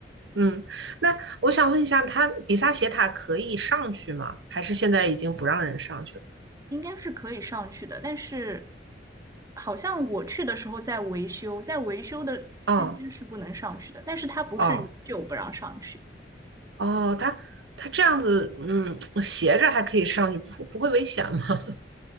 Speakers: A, on the right (about 85°); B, on the right (about 20°).
A: 嗯，那我想问一下，他比萨斜塔可以上去吗？还是现在已经不让人上去了？
B: 应该是可以上去的，但是好像我去的时候在维修，在维修的期间是不能上去的，
A: 哦
B: 但是它不是永久不让上去。
A: 哦哦，它它这样子，嗯，<tsk> 斜着还可以上去，不不会危险吗？<laughs>